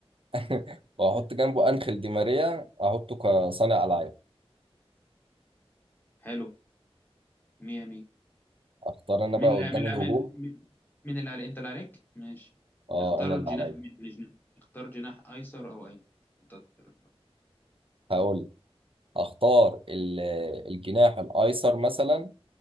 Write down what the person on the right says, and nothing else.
<laughs> واحط
جنبه انخيل دي ماريا احطه كصانع العاب
اختار انا
بقى
قدام
الهجوم
اه
انا اللي
عليا
هقول اختار ال- الجناح الايسر مثلا